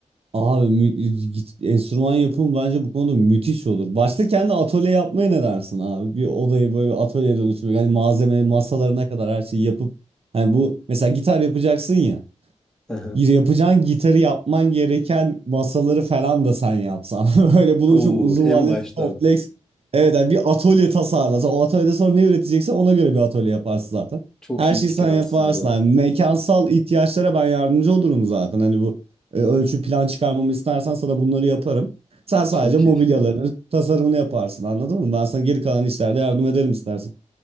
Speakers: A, on the right; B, in the centre.
A: Abi mü- enstrüman yapımı bence bu konuda müthiş olur. Başta kendi atölye yapmaya ne dersin abi? Bir odayı böyle bir atölyeye dönüştürmek. Hani malzeme masalarına kadar her şeyi yapıp. Hani bu mesela gitar yapacaksın ya
B: <clears throat>
A: yapacağın
B: <laughs>
A: gitarı yapman gereken masaları falan da sen yapsan. <laughs> Böyle bunu
B: Oo,
A: çok uzun
B: en
A: vadeli
B: baştan
A: bir kompleks. Evet yani bir atölye tasarlasan. O atölyede sonra ne üreteceksen ona göre bir atölye yaparsın zaten.
B: çok
A: Her
B: iyi
A: şeyi
B: fikir
A: sen
B: aslında.
A: yaparsın. Yani mekansal ihtiyaçlara ben yardımcı olurum zaten. Hani bu e, ölçü plan çıkarmamı istersen sana bunları yaparım. Sen sadece
B: Çok
A: mobilyaların
B: iyi fikir.
A: tasarımını yaparsın anladın mı? Ben sana geri kalan işlerde yardım ederim istersen.